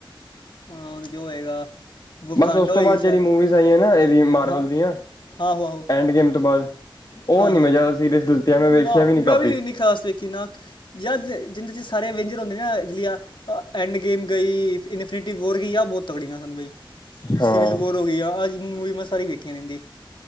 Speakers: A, on the left (about 65°); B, on the left (about 50°).
A: ਹਾਂ, ਉਹਦੇ ਚ ਹੋਏਗਾ। ਵਕਾਂਡ
B: ਬਸ ਉਸ
A: ਹੋਏਗੀ
B: ਤੋਂ ਬਾਅਦ
A: ਸ਼ਾਇਦ,
B: ਜਿਹੜੀ ਮੂਵੀਜ਼ ਆਈਆਂ ਨਾ ਇਹਦੀ ਮਾਰਵਲ
A: ਹਾਂ
B: ਦੀਆਂ
A: ਆਹੋ- ਆਹੋ
B: ਐਂਡ ਗੇਮ ਤੋਂ ਬਾਅਦ ਉਹ
A: ਹਾਂ-
B: ਨੀ
A: ਹਾਂ,
B: ਮੈਂ ਜ਼ਿਆਦਾ ਸੀਰੀਅਸ ਲਿੱਤੀਆਂ ਮੈਂ
A: ਨਾ
B: ਵੇਖਿਆ ਨੀ
A: ਮੈਂ
B: ਕਾਫੀ
A: ਵੀ ਇੰਨੀ ਖਾਸ ਵੇਖੀ ਨਾ। ਜ ਜਿਹਦੇ ਚ ਸਾਰੇ ਅਵੈਂਜਰ ਹੁੰਦੇ ਨਾ, ਜੀਆਂ ਐਂਡ ਗੇਮ ਗਈ ਇਨ ਪੀਟੀ ਵੋਰ ਗਈ ਆ ਬਹੁਤ ਤਕੜੀਆਂ ਸਨ, ਬਈ
B: ਹਾਂ
A: ਸਿਵਲ ਵੋਰ ਹੋ ਗਈ ਆ, ਅੱਜ ਮੂਵੀ ਮੈਂ ਸਾਰੀ ਵੇਖੀਆਂ ਰਹਿੰਦੀ।